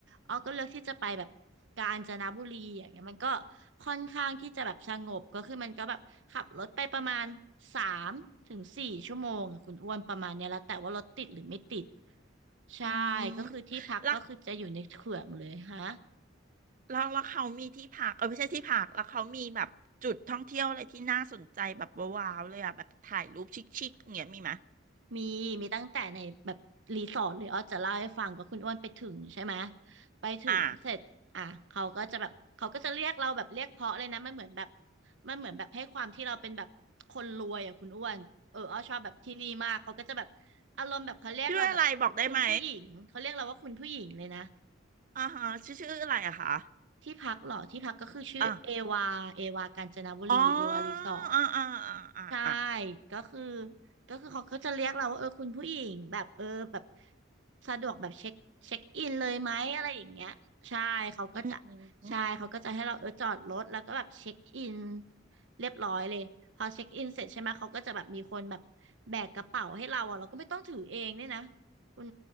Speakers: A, on the right; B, on the right.
A: อ้อก็เลือกที่จะไปแบบกาญจนบุรีอย่างเงี้ยมันก็ค่อนข้างที่จะแบบสงบก็คือมันก็แบบขับรถไปประมาณสามถึงสี่ชั่วโมงอะคุณอ้วนประมาณเนี้ยแล้วแต่ว่ารถติดหรือไม่ติดใช่ก็คือที่พักก็คือจะอยู่ในเขื่องเลยฮะ
B: อืมแล้วแล้วแล้วเขามีที่พักเออไม่ใช่ที่พักแล้วเขามีแบบจุดท่องเที่ยวอะไรที่น่าสนใจแบบว้าวๆเลยอ่ะแบบถ่ายรูปชิคๆเงี้ยมีไหม
A: มีมีตั้งแต่ในแบบรีสอร์ทเลยอ้อจะเล่าให้ฟังก็คุณอ้วนไปถึงใช่ไหมไปถึงเสร็จอ่ะเขาก็จะแบบเขาก็จะเรียกเราแบบเรียกเพราะเลยนะมันเหมือนแบบ
B: อ่า
A: มันเหมือนแบบให้ความที่เราเป็นแบบคนรวยอ่ะคุณอ้วนเอออ้อชอบแบบที่นี่มากเขาก็จะแบบอารมณ์แบบเขาเรียกเราแบบคุณผู้หญิงเขาเรียกเราว่าคุณผู้หญิงเลยนะ
B: ชื่ออะไรบอกได้ไหมอ่าฮะชื่อชื่ออะไรอะคะ
A: ที่พักเหรอที่พักก็คือชื่อเอวาเอวากาญจนบุรีเอวารีสอร์ท
B: อ่ะอ๋ออ่าอ่าอ่าอ่าอ่า
A: ใช่ก็คือก็คือเขาก็จะเรียกเราว่าเออคุณผู้หญิงแบบเออแบบสะดวกแบบเช็คเช็คอินเลยไหมอะไรอย่างเงี้ย ใช่ เขาก็จะ
B: อืม
A: ใช่ เขาก็จะให้เราเออจอดรถแล้วก็แบบเช็คอินเรียบร้อยเลย พอเช็คอินเสร็จใช่ไหมเขาก็จะแบบมีคนแบบแบกกระเป๋าให้เราอ่ะเราก็ไม่ต้องถือเองเนี่ยนะคุณ